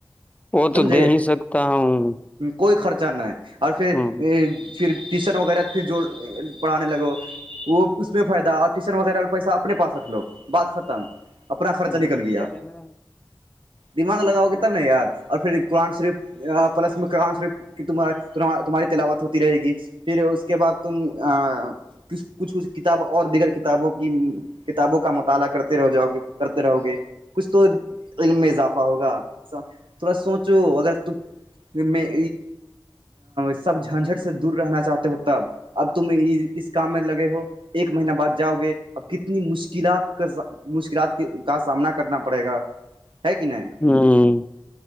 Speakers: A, on the left; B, on the right.
A: وہ
B: سمجھے-
A: تو دے ہی سکتا ہوں
B: کوئی خرچہ نہ، ہے اور پھر-
A: ہ
B: پھر ٹیشن وغیرہ پھر جو پڑھانے لگو وہ- اس میں فائدہ اور ٹیوشن وغیرہ والا پیسہ اپنے پاس رکھ لو بات ختم- اپنا خرچہ
A: تو
B: نکل
A: ستی
B: گیا
A: جائے گا نا-
B: دماغ لگاؤ گے تب نا یار اور پھر قرآن شریف- پلس میں ت تمہاری تلاوت ہوتی رہے گی- پھر اس کے بعد تم کچھ- کچھ- کچھ- کتاب اور دیگر کتابوں کی کتابوں کا مطالعہ کرتے رہ جاؤ گے- کرتے رہو گے کچھ تو علم میں اضافہ ہوگا- تھوڑا سوچو اگر تم میں- سب جھنجٹ سے دور رہنا چاہتے ہو تب اب تم اس کام میں لگے ہو- ایک مہینہ بعد جاؤ گے اب کتنی مشکلات کا مشکل- ات کا سامنا کرنا پڑے گا ہے کہ نہیں-
A: ہاں-